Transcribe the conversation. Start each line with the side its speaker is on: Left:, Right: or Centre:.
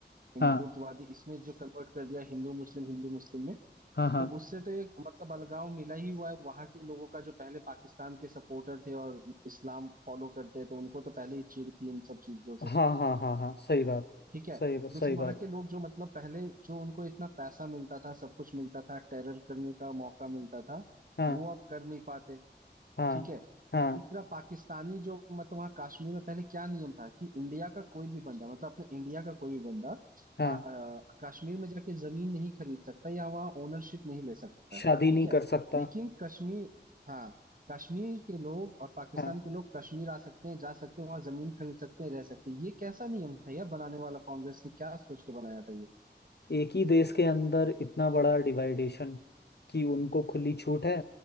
Right: हिंदुत्ववादी
Left: हाँ
Right: इसमें जो कन्वर्ट कर दिया हिंदू मुस्लिम हिंदू मुस्लिम में
Left: हाँ हाँ
Right: तो उससे तो एक मतलब अलगाव मिला ही हुआ है वहां के लोगों का जो पहले पाकिस्तान के सपोर्टर थे और इस्लाम फॉलो करते हैं तो उनको तो पहले ही चिढ़ थी इन सब चीजों से
Left: हाँ हाँ हाँ हाँ सही बात
Right: ठीक है
Left: सही बात सही
Right: दूसरा वहां
Left: बात
Right: के लोग जो मतलब पहले जो उनको इतना पैसा मिलता था सब कुछ मिलता था टेरर करने का मौका मिलता था
Left: हाँ
Right: वो अब कर नहीं पाते
Left: हाँ
Right: ठीक है
Left: हाँ
Right: तीसरा पाकिस्तानी जो मतलब वहाँ कश्मीर में पहले क्या नियम था कि इंडिया का कोई भी बंदा मतलब अपने इंडिया का कोई भी बंदा
Left: हाँ
Right: पा- अ, कश्मीर में जाके जमीन नहीं खरीद सकता या वहाँ ओनरशिप नहीं ले सकता
Left: शादी
Right: ठीक
Left: नहीं
Right: है
Left: कर सकता
Right: लेकिन कश्मीर हाँ कश्मीर के लोग और पाकिस्तान
Left: हाँ
Right: के लोग कश्मीर आ सकते हैं जा सकते हैं वहाँ जमीन खरीद सकते हैं रह सकते हैं ये कैसा नियम था यार बनाने वाला कांग्रेस ने क्या सोच के बनाया था ये
Left: एक ही देश के अंदर इतना बड़ा डिवाइडेशन कि उनको खुली छूट है